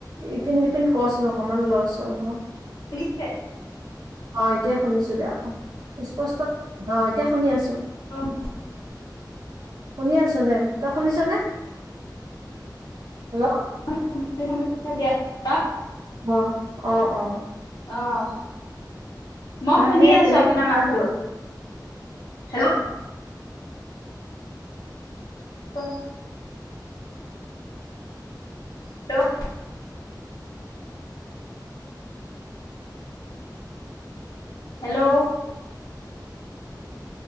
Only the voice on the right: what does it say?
ইপিন সিপিন কৰচোন অকমান লৰচৰ হ।
অ এতিয়া শুনিছো দে আকৌ স্পষ্ট অ এতিয়া শুনি আছো।
শুনি আছো দে, তই শুনিছ নে? হেল্লো'
অ', অ', অ',
সেই
তেনেকে
কিবা
এটা